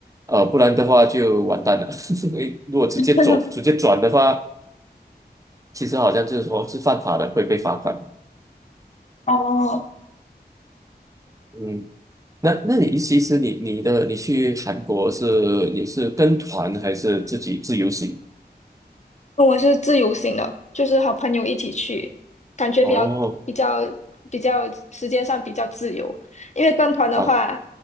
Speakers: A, on the right; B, on the left.
A: 呃，不然的话就完蛋了。<laughs> 因为如果直接走直接转的话，
B: <laughs>
A: 其实好像就是说是犯法的，会被罚款。
B: 哦
A: 嗯，那那你其实你你的你去韩国是你是跟团还是自己自由行？
B: 我是自由行的，就是和朋友一起去，感觉比较比较
A: 哦，
B: 比较时间上比较自由。因为跟团的话，
A: 啊。